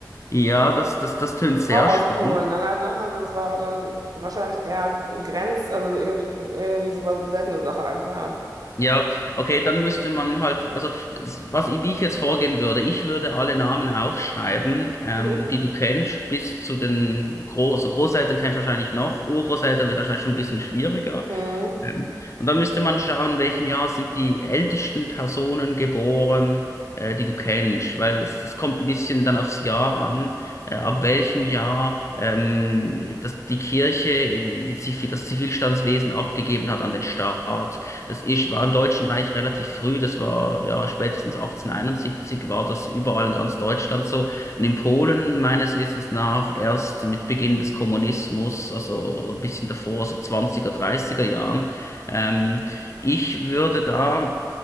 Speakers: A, on the left; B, on the right.
A: Ja, das, das, das tönt sehr
B: auch aus
A: spannend.
B: Polen dann halt, ne? Also es war dann wahrscheinlich eher Grenz, also irgendwie, irgendwie so was, eine seltene Sache einfach,
A: Ja, okay, dann müsste man halt, also s- was ich, wie ich jetzt vorgehen würde, ich würde alle Namen aufschreiben, ähm,
B: ja.
A: die du kennst, bis zu den Groß, also Großeltern kennst du wahrscheinlich noch, Urgroßeltern wird wahrscheinlich schon ein bisschen schwieriger,
B: Mhm.
A: ähm, Und da müsste man schauen, in welchem Jahr sind die ältesten Personen geboren, äh, die du kennst, weil es, es kommt ein bisschen dann aufs Jahr an, äh, ab welchem Jahr ähm, das, die Kirche äh, die Zivil, das Zivilstandswesen abgegeben hat an den Staat. Das ist, war im Deutschen Reich relativ früh, das war ja spätestens 1871, war das überall in ganz Deutschland so. Und in Polen meines Wissens nach erst mit Beginn des Kommunismus, also oder ein bisschen davor, so 20er, 30er Jahren. Ähm, ich würde da